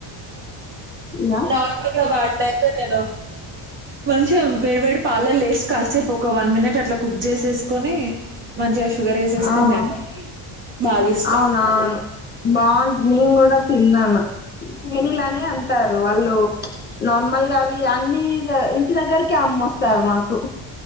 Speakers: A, on the left; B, on the right.
A: ఇదా
B: నార్మల్ గా వాడుతారు <unintelligible> మంచిగా వేడి వేడి పాలలేసి. ఎస్ కాసేప్ ఒక వన్ మినేట్ అట్లా కుక్ చేసేసుకొని. షుగర్ ఏసేసుకొని
A: ఆహ్
B: తింటే బాగిష్టం.
A: అవునా బాగున్. నేను కూడా తిన్నాను పెనిలానే అంటారు వాళ్ళు ప్ఛ్ నార్మల్ గావి. ఇగ అన్ని ఇగ ఇంటి దగ్గరికి అమ్మొస్తారు మాకు.